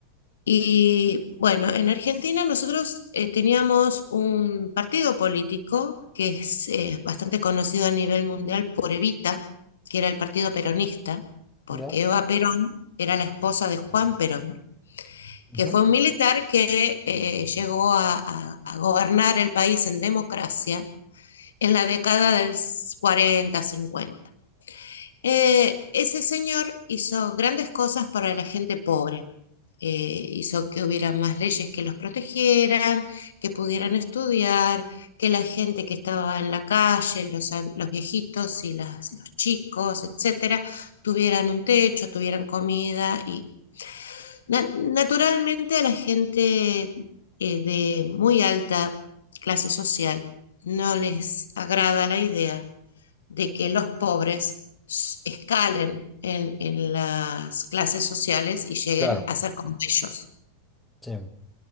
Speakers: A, on the left (about 65°); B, in the centre.
A: Y bueno, en Argentina nosotros eh, teníamos un partido político que es eh, bastante conocido a nivel mundial por Evita, que era el partido peronista, porque
B: ya.
A: Eva Perón era la esposa de Juan Perón, que
B: ujú,
A: fue un militar que eh, llegó a, a- a gobernar el país en democracia en la década del 40-50. ese señor hizo grandes cosas para la gente pobre eh, hizo que hubiera más leyes que los protegieran, que pudieran estudiar, que la gente que estaba en la calle, los, los viejitos y las, los chicos, etcétera, tuvieran un techo, tuvieran comida y na- naturalmente a la gente eh, de muy alta clase social no les agrada la idea de que los pobres s- escalen en, en las clases sociales y lleguen
B: claro.
A: a ser como ellos.
B: Sí.